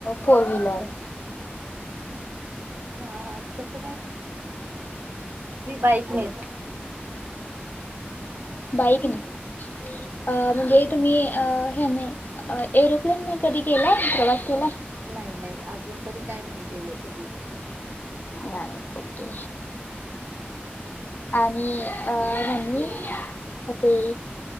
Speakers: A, on the left; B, on the right.
A: फोर व्हीलर
B: हा तस बाईकनेच
A: बाईक नाही अ म्हणजे तुम्ही अ ह्याने एरोप्लेनने कधी केलाय प्रवास केला
B: नाही नाही अजून तरी काय नाही केले कधी
A: नाही ओके आणि अ हनी होते